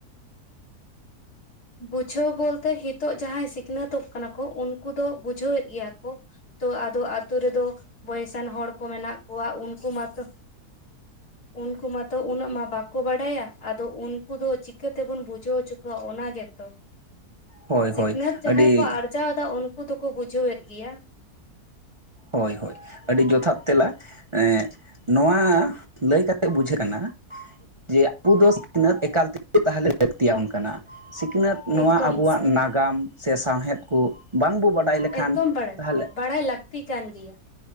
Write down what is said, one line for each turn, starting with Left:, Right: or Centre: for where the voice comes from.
Left: ᱵᱩᱡᱷᱟᱹᱣ ᱵᱚᱞᱛᱮ ᱱᱤᱛᱚᱜ ᱡᱟᱦᱟᱸᱭ ᱥᱤᱠᱷᱱᱟᱹᱛᱚᱜ ᱠᱟᱱᱟ ᱠᱚ ᱩᱱᱠᱩ ᱫᱚ ᱵᱩᱡᱷᱟᱹᱣᱮᱫ ᱜᱮᱭᱟ ᱠᱚ᱾ ᱛᱚ ᱟᱫᱚ ᱟᱛᱳ ᱨᱮᱫᱚ ᱵᱚᱭᱮᱥᱟᱱ ᱦᱚᱲ ᱠᱚ ᱢᱮᱱᱟᱜ ᱠᱚᱣᱟ ᱩᱱᱠᱩ ᱢᱟᱛᱚ ᱩᱱᱠᱩ ᱢᱟᱛᱚ ᱩᱱᱟᱹᱜ ᱢᱟ ᱵᱟᱠᱚ ᱵᱟᱰᱟᱭᱟ ᱟᱫᱚ ᱩᱱᱠᱩ ᱫᱚ ᱪᱤᱠᱟᱹ ᱛᱮᱵᱩᱱ ᱵᱩᱡᱷᱟᱹᱣ ᱦᱚᱪᱚ ᱠᱚᱣᱟ ᱚᱱᱟ ᱜᱮᱛᱚ
Right: ᱦᱳᱭ
Left: ᱥᱤᱠᱷᱱᱟᱹᱛ
Right: ᱦᱳᱭ
Left: ᱡᱟᱦᱟᱸᱭ
Right: ᱟᱹᱰᱤ
Left: ᱠᱚ ᱟᱨᱡᱟᱣ ᱫᱟ ᱩᱱᱠᱩ ᱫᱚᱠᱚ ᱵᱩᱡᱷᱟᱹᱣᱮᱫ ᱜᱮᱭᱟ᱾
Right: ᱦᱳᱭ ᱦᱳᱭ ᱟᱹᱰᱤ ᱡᱚᱛᱷᱟᱛ ᱛᱮᱞᱟ ᱮ ᱱᱚᱣᱟ ᱞᱟᱹᱭ ᱠᱟᱛᱮᱫ ᱵᱩᱡᱷᱟᱹᱜ ᱠᱟᱱᱟ ᱡᱮ ᱟᱵᱩ ᱫᱚ ᱥᱤᱠᱷᱱᱟᱹᱛ ᱮᱠᱟᱞ ᱛᱮᱜᱮ ᱞᱟᱹᱠᱛᱤᱭᱟ ᱵᱚᱱ ᱠᱟᱱᱟ ᱥᱤᱠᱷᱱᱟᱹᱛ ᱱᱚᱣᱟ
Left: ᱮᱠᱫᱚᱢ
Right: ᱟᱵᱚᱣᱟᱜ ᱱᱟᱜᱟᱢ ᱥᱮ ᱥᱟᱶᱦᱮᱫ ᱠᱚ ᱵᱟᱝᱵᱚ ᱵᱟᱰᱟᱭ ᱞᱮᱠᱷᱟᱱ
Left: ᱮᱠᱫᱚᱢ ᱵᱟᱲᱟᱭ
Right: ᱛᱟᱦᱚᱞᱮ
Left: ᱵᱟᱲᱟᱭ ᱞᱟᱹᱠᱛᱤ ᱠᱟᱱ ᱜᱮᱭᱟ